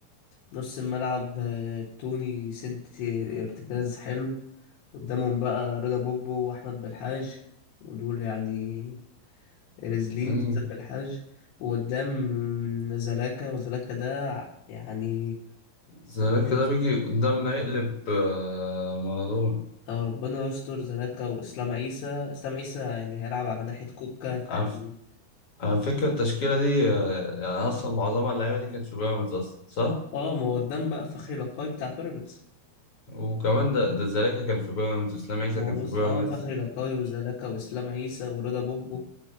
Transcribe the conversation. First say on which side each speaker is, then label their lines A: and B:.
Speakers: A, on the left; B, on the left.
A: نص الملعب آه، توني سد ارتكاز حلو قدامهم بقى رضا بوبو واحمد بالحاج ودول يعني رزلين
B: امم
A: بالذات بالحاج وقدام زلاكا وزلاكا ده ع- يعني
B: زيك
A: ربنا
B: ده
A: يس-
B: بيجي قدامنا يقلب آه، مارادونا
A: أو ربنا يستر زلاكا وإسلام عيسى إسلام عيسى يعني هيلعب على ناحية كوكا فيعني
B: على ف- على فكرة التشكيلة دي آه، يعني أصلا معظمها اللعيبة دي كانت في بيراميدز أصلا صح؟
A: اه ما هو قدام بقى فخري لقاي بتاع بيراميدز
B: وكمان ده ده زلاكا كان في بيراميدز وإسلام عيسى
A: ما
B: كان
A: هو بص
B: في بيراميدز
A: اه فخري لقاي وزلاكا وإسلام عيسى ورضا بوبو